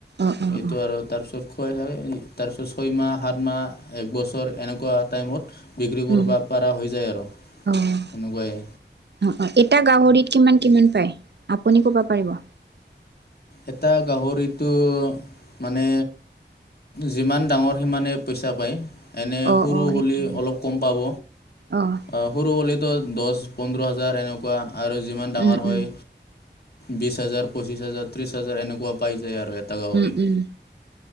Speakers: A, on the right; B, on the left.
A: অ-অ-অ-
B: এইটো আৰু তাৰপিছত খুৱাই হয়, তাৰপিছত ছয়মাহ সাত মাহ একবছৰ এনেকুৱা টাইমত বিক্ৰী কৰবা
A: উম,
B: পাৰা হৈ যায় আৰু,
A: অ',
B: সেনকুৱাই।
A: অ', অ, এটা গাহৰিত কিমান কিমান পায়, আপুনি ক'ব পাৰিব?
B: এটা গাহৰিটো, মানে যিমান ডাঙৰ সিমানে পইচা পায়। এনে
A: অ',
B: সৰু
A: অ', সেইটো
B: হ'লে অলপ কম পাব,
A: অ',
B: আহ সৰু হ'লে দচ দচ পোন্ধৰ হাজাৰ এনেকুৱা আৰু যিমান ডাঙৰ
A: উম,
B: হয়
A: উম,
B: বিশ হাজাৰ পঁচিছ হাজাৰ ত্ৰিশ হাজাৰ এনেকুৱা পাই যাই আৰু। এটা গাহৰিত
A: উম উম